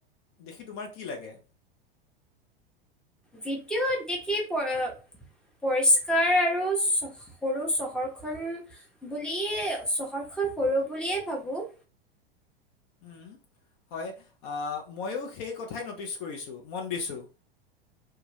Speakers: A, on the left; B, in the centre.
A: দেখি তোমাৰ কি লাগে?
B: ভিডিঅ' দেখি প পৰিষ্কাৰ আৰু চ' সৰু চহৰখন বুলিয়েই, চহৰখন সৰু বুলিয়েই ভাবোঁ।
A: উম, হয়। অহ, মইয়ো সেই কথাই ন'টিছ কৰিছোঁ, মন দিছোঁ।